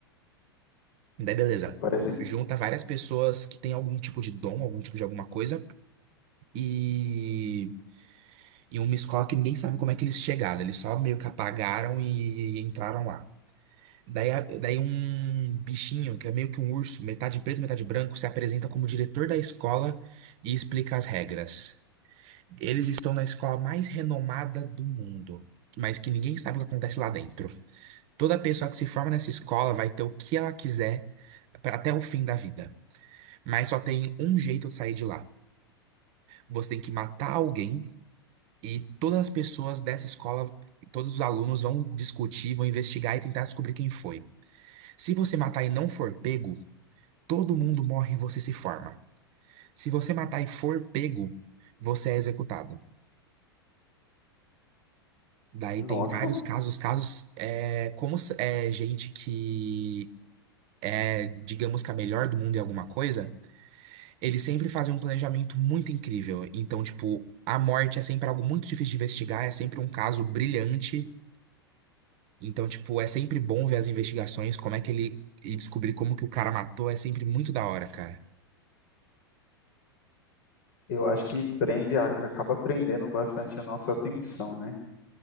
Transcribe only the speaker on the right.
Daí beleza.
Junta várias pessoas que têm algum tipo de dom, algum tipo de alguma coisa, e, e uma escola que ninguém sabe como é que eles chegaram, eles só meio que apagaram e entraram lá. Daí, a- daí um bichinho, que é meio que um urso, metade preto, metade branco, se apresenta como diretor da escola e explica as regras. Eles estão na escola mais renomada do mundo mas que ninguém sabe o que acontece lá dentro. Toda pessoa que se forma nessa escola vai ter o que ela quiser pra- até o fim da vida. Mas só tem um jeito de sair de lá. Você tem que matar alguém e todas as pessoas dessa escola, todos os alunos vão discutir, vão investigar e tentar descobrir quem foi. Se você matar e não for pego, todo mundo morre e você se forma. Se você matar e for pego, você é executado. Daí
tem vários casos, casos é, como s- é gente que é, digamos que a melhor do mundo em alguma coisa. Eles sempre fazem um planejamento muito incrível. Então, tipo, a morte é sempre algo muito difícil de investigar, é sempre um caso brilhante. Então, tipo, é sempre bom ver as investigações, como é que ele. E descobrir como que o cara matou é sempre muito da hora, cara.